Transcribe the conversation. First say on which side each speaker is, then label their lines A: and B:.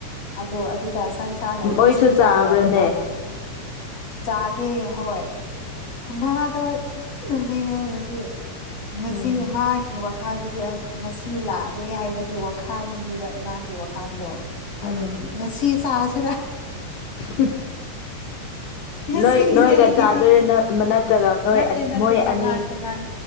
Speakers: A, on the left (about 50°); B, on the left (about 65°).
A: ꯑꯗꯣ ꯑꯗꯨꯗ ꯁꯟ ꯁꯥ ꯂꯩꯔꯗꯤ
B: ꯃꯣꯏꯁꯨ
A: ꯁꯟꯁꯥ
B: ꯆꯥꯕ꯭ꯔꯥꯅꯦ
A: ꯂꯥꯎꯕ ꯇꯥꯕ ꯆꯥꯒꯦ ꯍꯣꯏ ꯃꯥꯗꯣ ꯌꯥꯝ ꯅꯣꯅꯤꯉꯦ ꯉꯁꯤ ꯉꯁꯤ
B: ꯎꯝ
A: ꯃꯥꯒꯤ ꯋꯥ ꯥꯈꯜꯗꯤ ꯑꯁ ꯉꯁꯤ ꯂꯥꯛꯑꯦ ꯍꯥꯏꯕꯒꯤ ꯋꯥꯈꯜꯗꯨꯅꯦꯕ ꯃꯥꯒꯤ ꯋꯥꯈꯜꯗꯣ
B: ꯎꯝ
A: ꯑꯗꯨꯒꯤ ꯉꯁꯤ ꯆꯥꯁꯤꯔꯥ
B: <inaudible>
A: ꯉꯁꯤꯒꯤꯗꯤ
B: ꯅꯣꯏ ꯅꯣꯏꯒ
A: ꯑꯩꯒꯤꯗꯤ
B: ꯆꯥꯗꯣꯏꯔ ꯅꯠꯇ꯭ꯔꯒ ꯅꯣꯏ
A: ꯅꯠꯇꯦ ꯅꯠꯇꯦ
B: ꯃꯣꯏ
A: ꯇꯣꯉꯥꯟ
B: ꯑꯅꯤ
A: ꯇꯣꯉꯥꯟ